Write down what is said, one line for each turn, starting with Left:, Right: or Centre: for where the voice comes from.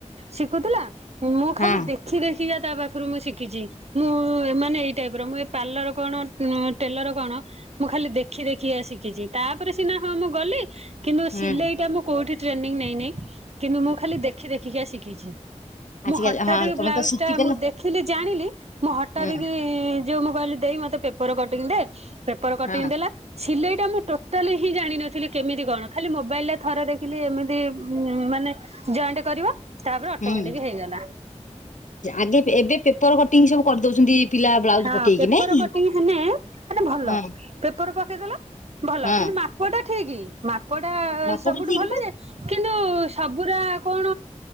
Right: ଶିକୁତୁଲା ମୁଁ ଖାଲି
Left: ହଁ
Right: ଦେ ଖି ଦେଖି କା ତା ପାଖରୁ ମୁଁ ଶିଖିଚି। ମୁଁ ମାନେ ଏଇ ଟାଇପ୍ ର ମୁଁ ଏ ପାର୍ଲର କଣ ଉଁ ଟେଲର କଣ ମୁଁ ଖାଲି ଦେଖି ଦେଖିକା ଶିଖିଛି ତାପରେ ସିନା ହଁ ମୁଁ ଗଲି, କିନ୍ତୁ
Left: ହୁଁ
Right: ସିଲେଇଟା ମୁଁ କୋଉଠି ଟ୍ରେନିଂ ନେଇନିଁ କିନ୍ତୁ ମୁଁ ଖାଲି ଦେଖି ଦେଖି କା ଶିଖିଛି।
Left: ଆଜିକାଲି
Right: ମୁଁ ହଠାତ୍
Left: ହଁ
Right: ବ୍ଲାଉଜ
Left: ତମେ ତ ଶିଖିଦେଲ
Right: ଟା ମୁଁ ଦେଖ ଦେଖିଲି ଜାଣିଲି ମୁଁ ହଟାତକି
Left: ହୁଁ
Right: ଯୋଉ ମୁଁ କହିଲି ଦେଇ ମତେ ପେପର କଟିଂ ଦେ? ପେପର କଟିଂ
Left: ହଁ
Right: ଦେଲା ସିଲେଇ ଟା ମୁଁ ଟୋ ଟୋଟାଲି ହିଁ ଜାଣିନଥିଲି କେମିତି କଣ ଖାଲି ମୋବାଇଲରେ ଥରେ ଦେଖିଲି ଏମିତି ଉଁ ମାନେ ଜଏଣ୍ଟ କରିବ ତାପରେ ଅଟୋମେଟିକ
Left: ହୁଁ
Right: ହେଇଗଲା।
Left: ଆଗେ ଏବେ ପେପର କଟିଂ ସବୁ କରିଦଉଛନ୍ତି ପିଲା। ବ୍ଲାଉଜ
Right: ହଁ
Left: ପକେଇକି
Right: ପେପର
Left: ନାଇଁ କି
Right: କଟିଂ ହେଲେ ମାନେ ଭଲ
Left: ହଁ
Right: ପେପର ପକେଇଦେଲ ଭଲ
Left: ହଁ
Right: କିନ୍ତୁ ମା ମାପଟା ଠିକ ମାପଟା
Left: ମାପଟା
Right: ସବୁଠୁ
Left: ଠିକ
Right: ଭଲ
Left: ପା
Right: ଯେ କିନ୍ତୁ ସବୁରା କଣ